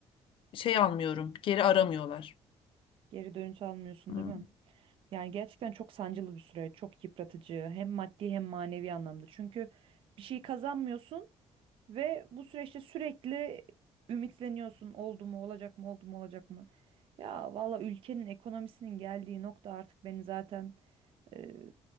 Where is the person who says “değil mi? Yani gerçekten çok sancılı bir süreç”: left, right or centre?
Right